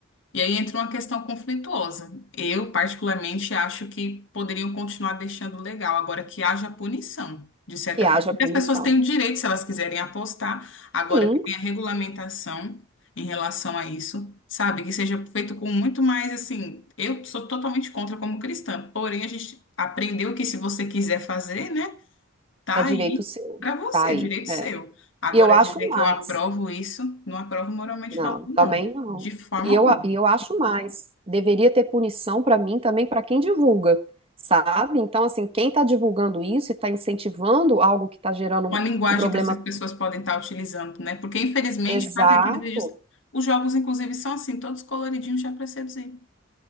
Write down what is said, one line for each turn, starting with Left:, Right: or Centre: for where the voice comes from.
Left: e aí entra uma questão conflituosa. Eu, particularmente, acho que poderiam continuar deixando legal, agora que haja punição, de certa
Right: que haja
Left: forma. Porque
Right: punição.
Left: as pessoas têm o direito, se elas quiserem apostar, agora
Right: Sim,
Left: que tem a regulamentação em relação a isso, sabe? Que seja feito com muito mais, assim, eu sou totalmente contra como cristã, porém a gente aprendeu que se você quiser fazer, né? Tá
Right: é direito
Left: aí
Right: seu,
Left: para você,
Right: tá aí.
Left: direito seu.
Right: é.
Left: Agora,
Right: E eu acho
Left: dizer que
Right: mais.
Left: eu aprovo isso, não aprovo moralmente
Right: Não,
Left: falando, não.
Right: também não.
Left: De forma
Right: E
Left: alguma.
Right: eu, a- e eu acho mais. Deveria ter punição para mim também para quem divulga, sabe? Então, assim, quem está divulgando isso e está incentivando algo que está gerando
Left: Uma
Right: um,
Left: linguagem
Right: um problema.
Left: que essas pessoas podem estar utilizando, né? Porque, infelizmente,
Right: Exato.
Left: fazem aqueles vídeos. Os jogos, inclusive, são assim, todos coloridinhos já para seduzir,